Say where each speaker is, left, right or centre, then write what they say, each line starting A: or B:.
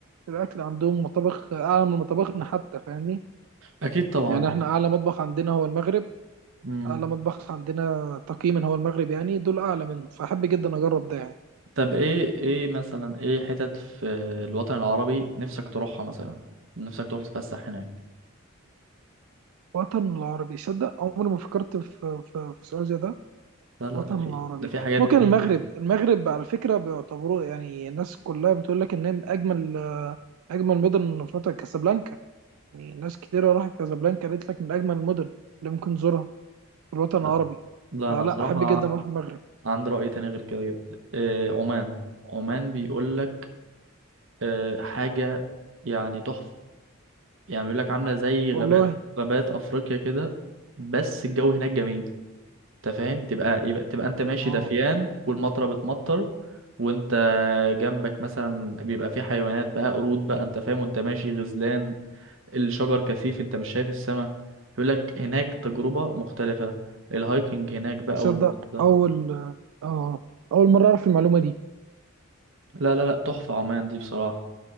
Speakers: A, on the right (about 85°); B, on the right (about 65°).
A: في الاكل عندهم مطابخ اعلى من مطابخنا حتى فاهمني
B: اكيد طبعا
A: يعني احنا اعلى مطبخ عندنا هو المغرب
B: مم.
A: اعلى مطبخ عندنا تقييما هو المغرب يعني دول اعلى منه فاحب جدا اجرب ده يعني
B: طب ايه ايه مثلا ايه حتت في الوطن العربي نفسك تروحها مثلا نفسك تروح تتفسح هناك
A: وطن العربي صدق عمري ما فكرت في في, في سؤال زي ده
B: لا لا
A: الوطن
B: ده في
A: العربي
B: ده في حاجات
A: ممكن
B: جميلة
A: المغرب
B: جدا
A: المغرب على فكرة بيعتبروه يعني الناس كلها بتقول لك إنها من أجمل آه، أجمل مدن من أفريقيا كازابلانكا يعني ناس كتيرة راحت كازابلانكا قالت لك من أجمل المدن اللي ممكن تزورها في الوطن العربي
B: لا لا
A: فلا
B: انا بصراحة
A: أحب جدا أروح المغرب
B: عندي رأي تاني غير كده جدا إيه عمان عمان بيقول لك إيه حاجة يعني تحفة يعني بيقول لك عاملة زي غابات
A: والله
B: غابات افريقيا كده بس الجو هناك جميل انت فاهم تبقى يبقى تبقى انت ماشي
A: اه
B: دفيان والمطره بتمطر وانت جنبك مثلا بيبقى في حيوانات بقى قرود بقى انت فاهم وانت ماشي غزلان الشجر كثيف انت مش شايف السماء يقول لك هناك تجربه مختلفه الهايكنج هناك بقى
A: تصدق
B: والموضوع ده
A: أول آه أول مرة أعرف المعلومة دي
B: لا لا لا تحفه عمان دي بصراحه